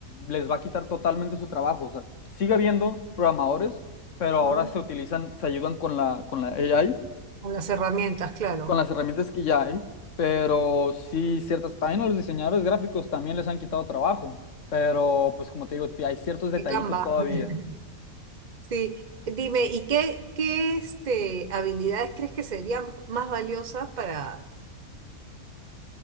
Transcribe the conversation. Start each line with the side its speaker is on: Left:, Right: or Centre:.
Left: les va a quitar totalmente su trabajo. O sea, sigue habiendo programadores, pero
Right: ujú,
Left: ahora se utilizan, se ayudan con la, con la AI,
Right: Con las herramientas, claro.
Left: con las herramientas que ya hay. Pero sí, ciertas, también a los diseñadores gráficos también les han quitado trabajo. Pero pues como te digo, hay ciertos detallitos
Right: Y Canva.
Left: todavía.
Right: <laughs> Sí. Dime, ¿y qué, qué este, habilidades crees que serían más valiosas para,